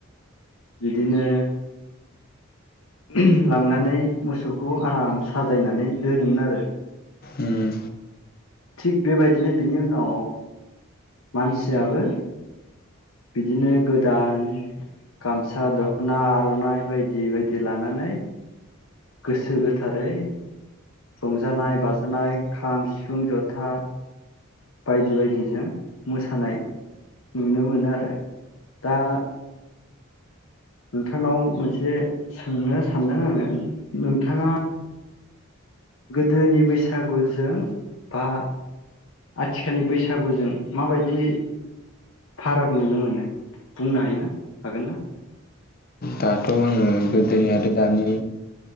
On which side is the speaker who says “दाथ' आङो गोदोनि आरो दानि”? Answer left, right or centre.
Left